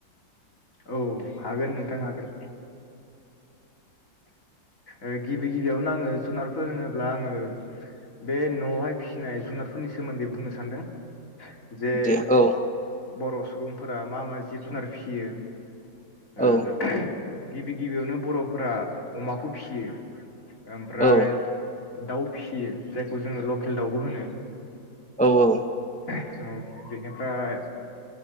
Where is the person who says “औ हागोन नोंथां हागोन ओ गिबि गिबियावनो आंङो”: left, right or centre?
Left